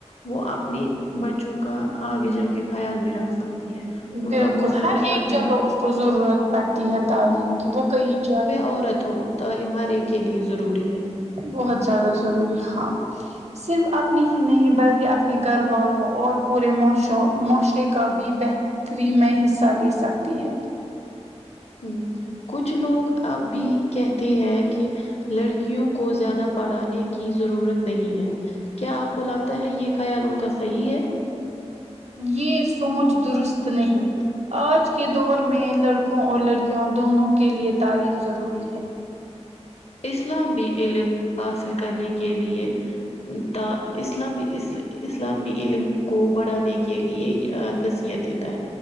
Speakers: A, on the left (about 65°); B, on the right (about 70°).
A: وہ اپنی بچوں کا آگے جا کے خیال بھی رکھ سکتے ہے
B: بالکل
A: ان کا
B: ہر
A: مستقبل
B: ایک جگہ
A: بھی
B: اس کو ضرورت پڑتی ہے تعلیم کی وہ کہئی جائیں
A: اورورت ہو تعلیم ہر ایک کے لیے ضروری ہے
B: بہت زیادہ ضروری ہاں صرف اپنی ہی نہیں بلکہ اپنے گھر والوں اور پورے معاشر معاشرے کا بھی بہتر ری میں حصہ لے سکتی ہے
A: ہ کچھ لوگ اب بھی کہتے ہیں کہ لڑکیوں کو زیادہ پڑھانے کی ضرورت نہیں ہے کیا آپ کو لگتا ہے یہ خیال ان کا صحیح ہے
B: یہ سوچ درست نہیں آج کے دور میں لڑکوں اور لڑکیوں دونوں کے لیے تعلیم ضروری ہے
A: اسلام بھی علم حاصل کرنے کے لیے ت اسلامی اس اسلامی علم کو بڑھانے کے لیے نصیحت د